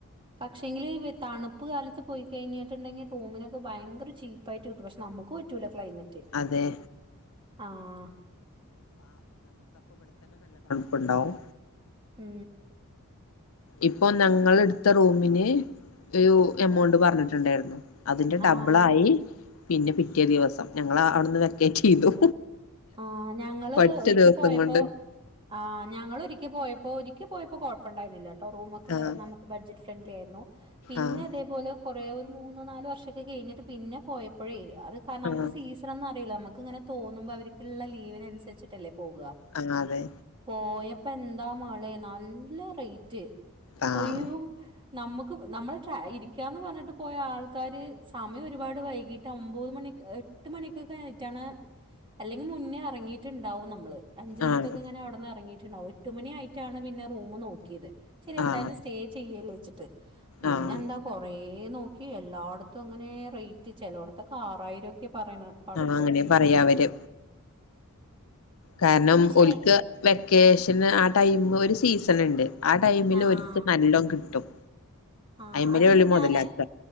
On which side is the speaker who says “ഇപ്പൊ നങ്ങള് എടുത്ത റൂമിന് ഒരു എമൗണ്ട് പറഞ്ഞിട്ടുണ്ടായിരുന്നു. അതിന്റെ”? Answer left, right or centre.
Left